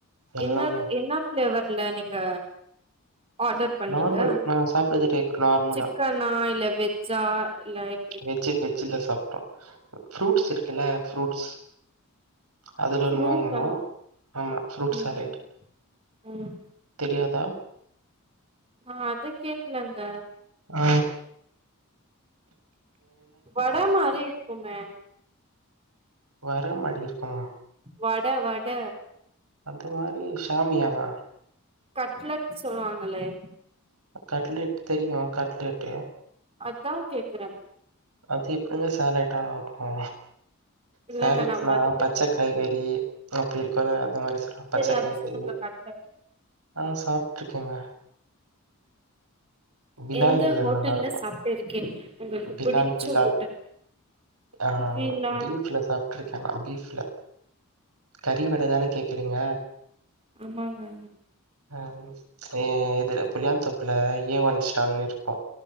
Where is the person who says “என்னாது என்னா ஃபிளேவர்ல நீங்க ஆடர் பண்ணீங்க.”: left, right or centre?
Right